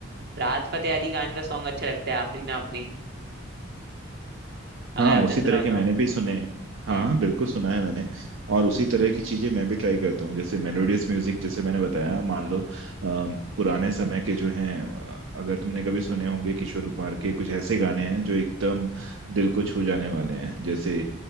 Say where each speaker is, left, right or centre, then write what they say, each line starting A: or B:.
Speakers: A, on the right (about 50°); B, on the right (about 75°).
A: राहत फतेह अली खान का सॉन्ग अच्छा लगता है आफरीन आफरीन अगर
B: हाँ
A: आपने
B: उसी
A: सुना
B: तरह
A: हो
B: के मैंने
A: तो
B: भी सुने हैं। हाँ
A: हम्म
B: हाँ बिल्कुल सुना है मैंने और उसी तरह की चीजें मैं भी ट्राई करता हूँ जैसे मेलोडियस म्यूजिक जैसे मैंने बताया मान लो अ, पुराने समय के जो हैं अ, अगर तुमने कभी सुने होंगे किशोर कुमार के कुछ ऐसे गाने हैं जो एकदम दिल को छू जाने वाले हैं जैसे